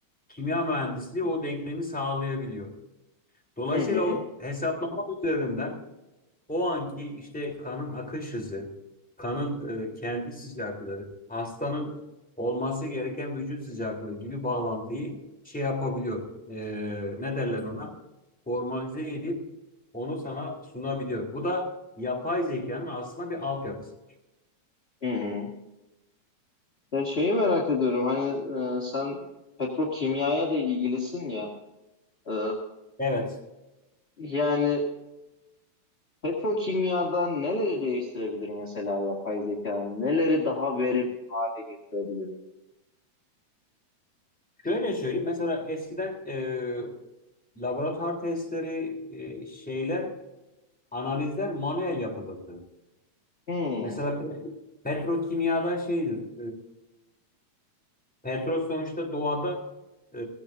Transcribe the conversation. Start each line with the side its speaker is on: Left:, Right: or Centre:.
Centre: kimya mühendisliği o denklemi sağlayabiliyor. Dolayısıyla
Left: Hı hı,
Centre: o hesaplama üzerinden o anki işte kanın akış hızı, kanın e, kendi sıcaklığı, hastanın olması gereken vücut sıcaklığı gibi bağlantıyı şey yapabiliyor. E, ne derler ona? Formalize edip onu sana sunabiliyor. Bu da yapay zekanın aslında bir altyapısı.
Left: hı hı. Ya şeyi merak ediyorum hani e, sen petrokimyaya da ilgilisin ya. E,
Centre: Evet.
Left: yani petrokimyada neleri değiştirebilir mesela yapay zeka? Neleri daha verimli hale getirebilir?
Centre: Şöyle söyleyeyim. Mesela eskiden e, laboratuvar testleri, e, şeyler, analizler manuel yapılırdı.
Left: Hı,
Centre: Mesela pet- petrokimyada şeydir. Petrol sonuçta doğada e,